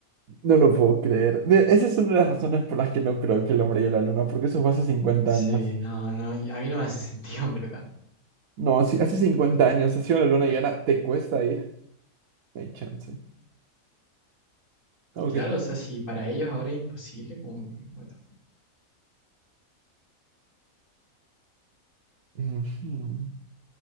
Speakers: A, on the right; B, on the left.
A: No lo puedo creer. De- esa es una de las razones por las que no creo que el hombre llegue a la luna, porque eso fue hace cincuenta
B: Sí,
A: años.
B: no, no, y a mí no me hace <laughs> sentido, en verdad.
A: No, si hace 50 años ha sido la luna llena, ¿te cuesta ir? No hay chance. Ok.
B: Claro, o sea, si para ellos ahora es imposible, como que, what the fuck.
A: Ujú.